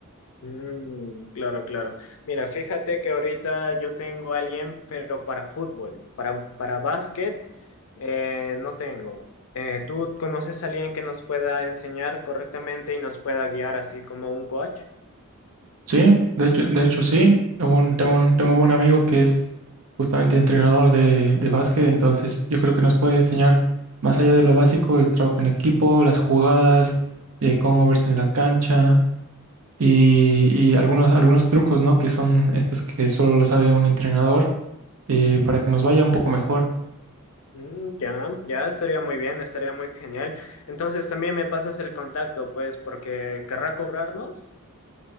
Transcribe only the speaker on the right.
Sí, de hecho, de hecho sí. Tengo un, tengo un, tengo un buen amigo que es justamente entrenador de, de básquet, entonces yo creo que nos puede enseñar más allá de lo básico, el trabajo en equipo, las jugadas, eh, cómo verse en la cancha y, y algunos, algunos trucos, ¿no? Que son estos que solo lo sabe un entrenador eh, para que nos vaya un poco mejor.